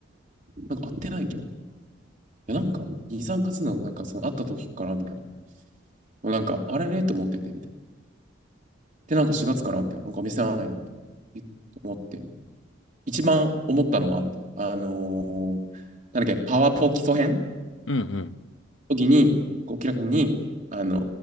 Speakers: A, on the right (about 40°); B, on the left (about 75°).
A: なんか会ってないけど。いや、なんか、2、3月の、なんか、その、会った時から、みたいな。もうなんか、あれれと思ってて、みたいな。で、なんか4月からみたいな。なんかお店合わないな、みたいな。思って。一番思ったのは、みたいな。あのーなんだっけ、パワポ基礎編
B: うんうん。
A: 時に、こう、キラ君に、あの